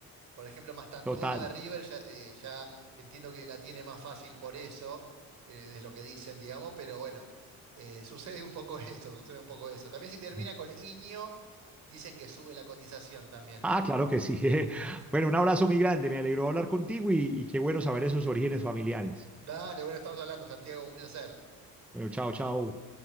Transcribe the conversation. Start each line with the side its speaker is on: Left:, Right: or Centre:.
Right: Por ejemplo, Mastantuono
Centre: Total.
Right: de River ya, eh, ya entiendo que la tiene más fácil por eso, eh, es lo que dicen, digamos, pero bueno, eh, sucede un poco <laughs> eso, sucede un poco eso. También si termina
Centre: <laughs>
Right: con Iño, dicen que sube la cotización también.
Centre: Ah, claro que sí. <laughs> Bueno, un abrazo muy grande. Me alegró hablar contigo y, y qué bueno saber esos orígenes familiares.
Right: Dale, bueno, estamos hablando, Santiago, un placer.
Centre: Bueno, chao, chao.